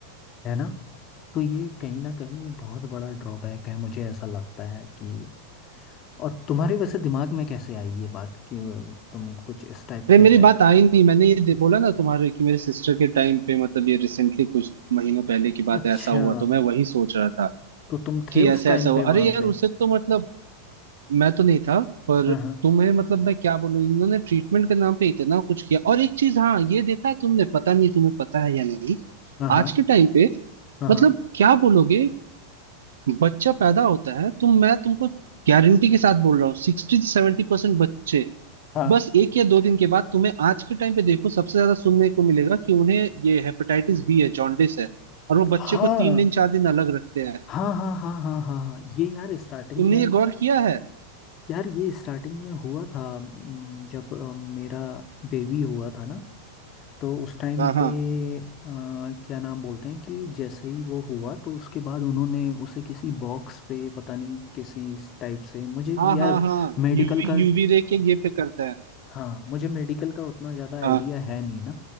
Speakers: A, on the left; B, on the right.
A: है ना तो ये कहीं ना कहीं बहुत बड़ा ड्रॉबैक है मुझे ऐसा लगता है कि और तुम्हारे वैसे दिमाग में कैसे आई ये बात कि तुम कुछ इस टाइप
B: अरे
A: से
B: मेरी
A: है
B: बात
A: क्या
B: आई नहीं मैंने ये दे- बोला ना तुम्हारे कि मेरे सिस्टर के टाइम पे मतलब ये रिसेंटली कुछ महीनों पहले की बात
A: अच्छा
B: है, ऐसा हुआ तो मैं वही सोच रहा था
A: तो तुम
B: कि
A: थे उस
B: ऐसा
A: टाइम
B: ऐसा हुआ
A: पे
B: अरे
A: वहां
B: यार
A: पे
B: उससे तो मतलब मैं तो नहीं था पर
A: हाँ
B: तुम्हें मतलब मैं क्या बोलूं इन्होंने ट्रीटमेंट के नाम पे इतना कुछ किया और एक चीज हाँ ये देखा है तुमने पता नहीं तुम्हें पता है या नहीं
A: हाँ हाँ
B: आज के टाइम पे
A: हाँ
B: मतलब क्या बोलोगे बच्चा पैदा होता है तो मैं तुमको गारंटी के साथ बोल रहा हूँ सिक्सटी से सेवेंटी परसेंट बच्चे
A: हाँ
B: बस एक या दो दिन के बाद तुम्हें आज के टाइम पे देखो सबसे ज्यादा सुनने को मिलेगा कि उन्हें ये हेपेटाइटिस बी है जॉन्डिस है और वो बच्चे
A: हाँ
B: को तीन
A: हाँ
B: दिन चार दिन अलग रखते हैं
A: हाँ हाँ हाँ हाँ हाँ हाँ। हाँ, ये यार स्टार्टिंग
B: तुमने
A: में
B: ये गौर किया है
A: यार ये स्टार्टिंग में हुआ था हम्म, जब अ, मेरा बेबी हुआ था ना तो उस टाइम
B: हाँ हाँ
A: पे अ, क्या नाम बोलते हैं कि जैसे ही वो हुआ तो उसके बाद उन्होंने उसे किसी बॉक्स पे पता नहीं किसी इस टाइप से मुझे
B: हाँ
A: यार
B: हाँ हाँ
A: मेडिकल
B: यूवी
A: का
B: यूवी रे के ये पे करता है
A: हाँ मुझे मेडिकल का उतना ज़्यादा आइडिया
B: हाँ
A: है नहीं ना